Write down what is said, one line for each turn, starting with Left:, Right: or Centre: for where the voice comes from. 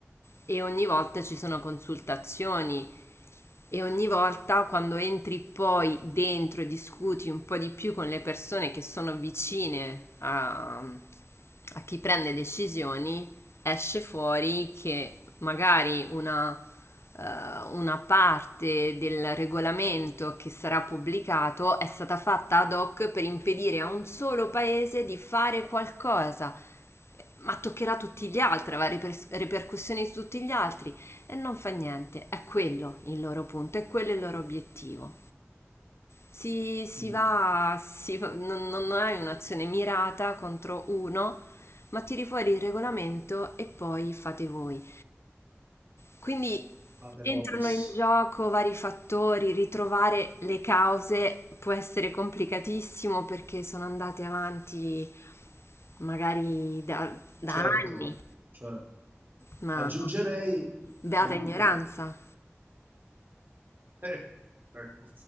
Left: e ogni volta ci sono consultazioni e ogni volta quando entri poi dentro e discuti un po' di più con le persone che sono vicine a, a chi prende decisioni, esce fuori che magari una, eh, una parte del regolamento che sarà pubblicato è stata fatta ad hoc per impedire a un solo paese di fare qualcosa ma toccherà tutti gli altri, avrà riper- ripercussioni su tutti gli altri e non fa niente, è quello il loro punto, è quello il loro obiettivo. Si, si
Right: Mm,
Left: va, si va- non, non hai un'azione mirata contro uno, ma tiri fuori il regolamento e poi fate voi. Quindi
Right: fate
Left: entrano
Right: vobis,
Left: in gioco vari fattori, ritrovare le cause può essere complicatissimo perché sono andate avanti magari da, da
Right: certo,
Left: anni,
Right: certo.
Left: ma
Right: Aggiungerei
Left: Beata
Right: aiuto.
Left: ignoranza.
Right: Eh, ecco.